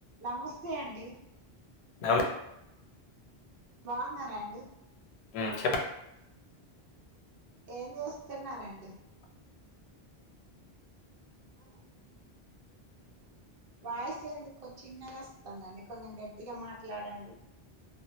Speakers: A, on the right (about 60°); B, on the left (about 85°).
A: నమస్తే అండి
B: నమ
A: బావున్నారా అండి
B: ఊ చెప్పు
A: ఏం చేస్తున్నారండి ఆ వాయిస్ ఎందుకు చిన్నగా వస్తుందండి కొంచెం గట్టిగా మాట్లాడండి